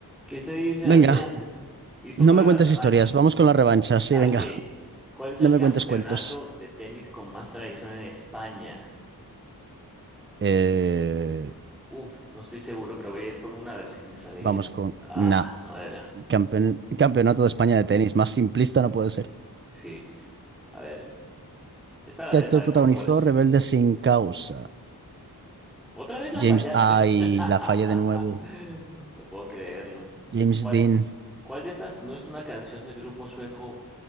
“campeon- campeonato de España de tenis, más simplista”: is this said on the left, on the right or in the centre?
Right